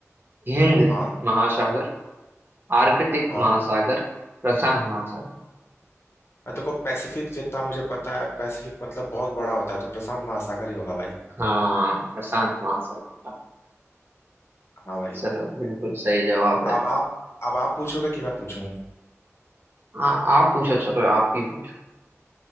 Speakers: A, on the right (about 45°); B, on the left (about 55°).
A: हिंद
B: हाँ
A: महासागर आर्कटिक
B: हाँ
A: महासागर प्रशांत महासागर
B: आ, देखो पैसिफिक जितना मुझे पता है पैसिफिक मतलब बहुत बड़ा होता है तो प्रशांत महासागर ही होगा भाई
A: हाँ प्रशांत महासागर का
B: हाँ भाई
A: चलो बिल्कुल सही जवाब है
B: अब आप अब आप पूछोगे कि मैं पूछूं
A: हाँ आप पूछो चलो आप ही पूछो